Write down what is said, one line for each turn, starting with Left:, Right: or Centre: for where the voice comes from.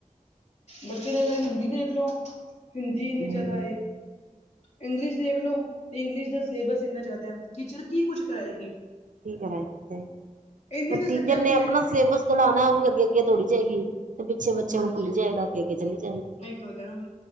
Left: ਬੱਚੇ ਦੇ ਹਿੰਦੀ ਦੇਖ ਲਓ ਹਿੰਦੀ ਇੰਨੀ
Right: ਹੂੰ
Left: ਜ਼ਿਆਦਾ ਏ। ਇੰਗਲਿਸ਼ ਦੇਖ ਲੋ ਤੇ ਇੰਗਲਿਸ਼ ਦਾ ਸਿਲੇਬਸ ਇੰਨਾ ਜ਼ਿਆਦਾ ਹੈ ਟੀਚਰ ਕੀ ਕੁਛ ਕਰਾਏਗੀ।
Right: ਠੀਕ ਹੈ ਹੈ
Left: ਇੰਨੇ
Right: ਪਰ
Left: ਤਾਂ
Right: ਟੀਚਰ
Left: ਸਬਜੈਕਟ
Right: ਨੇ ਆਪਣਾ ਸਿਲੇਬਸ ਦੜਾਉਣਾ ਉਹ ਵੀ ਅੱਗੇ ਅੱਗੇ ਦੌੜੀ ਜਾਏਗੀ ਤੇ ਪਿੱਛੇ ਬੱਚਿਆਂ
Left: ਹਾਂਜੀ
Right: ਨੂੰ ਭੁੱਲੀ ਜਾਏਗਾ ਅੱਗੇ ਅੱਗੇ ਚਲੀ ਜਾਏਗੀ।
Left: ਨਹੀਂ ਕਰਦੇ ਨਾ